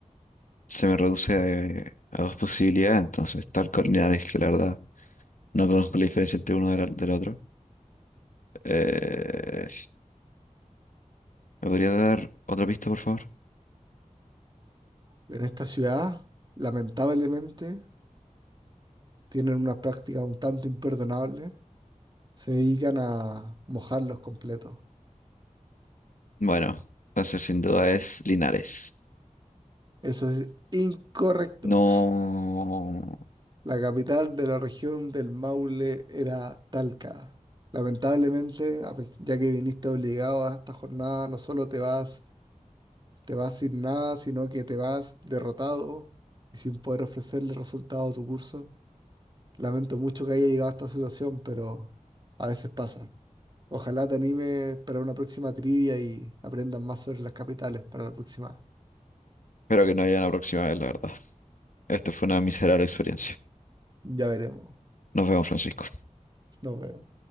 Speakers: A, on the left (about 75°); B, on the right (about 35°).
A: se me reduce a, a dos posibilidades, entonces, tal cual Linares, que la verdad no conozco la diferencia entre uno del, del otro. Eh, ¿me podría dar otra pista, por favor?
B: En esta ciudad, lamentablemente, tienen unas prácticas un tanto imperdonables Se dedican a mojarlos completos.
A: Bueno, entonces sin duda es Linares.
B: Eso es incorrecto.
A: No,
B: La capital de la región del Maule era Talca. Lamentablemente, a pes- ya que viniste obligado a esta jornada, no solo te vas, te vas sin nada, sino que te vas derrotado y sin poder ofrecerle resultado a tu curso. Lamento mucho que haya llegado a esta situación, pero a veces pasa. Ojalá te anime para una próxima trivia y aprendas más sobre las capitales para la próxima.
A: espero que no haya una próxima vez, la verdad. Esta fue una miserable experiencia.
B: Ya veremos.
A: Nos vemos, Francisco.
B: Nos vemos.